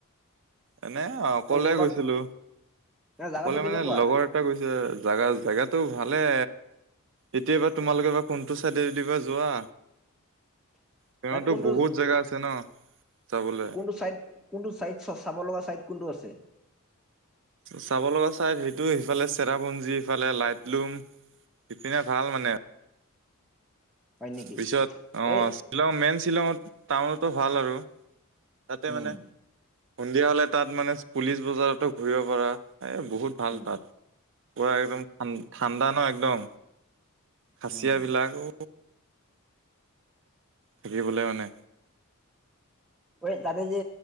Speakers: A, on the right; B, in the centre.
A: এনে অকলে
B: অ যোৱাবাৰ
A: গৈছিলো,
B: জাগাটো
A: অকলে
B: কেনেকুৱা
A: মানে লগৰ লো, জেগা জেগাটো ভালে। এতিয়া বা তোমালোকে বা কোনটো চাইডেদি বা যোৱা। তেওঁতো
B: কোনটো,
A: বহুত জেগা আছে ন চাবলে
B: কোনটো চাইড? কোনটো ছাইড চ, চাব লগা ছাইড কোনটো আছে।
A: চাব লগা চাইড সেইটো সিফালে চেৰাপঞ্জী, সিফালে লাইটলুম। ইপিনে ভাল মানে।
B: হয় নেকি
A: পিছত অ,
B: এই
A: শ্বিলং মেইন শ্বিলংত টাউনতো ভাল আৰু। তাতে
B: উম
A: মানে। সন্ধিয়া হ'লে তাত মানে পুলিচ বজাৰতো ঘূৰিব পাৰা, এই বহুত ভাল
B: উম
A: তাত। পুৰা একদম ঠাণ্ডা ন, একদম খাচিয়াবিলাকো
B: উম
A: থাকিবলৈ মানে।
B: এই তাতে যে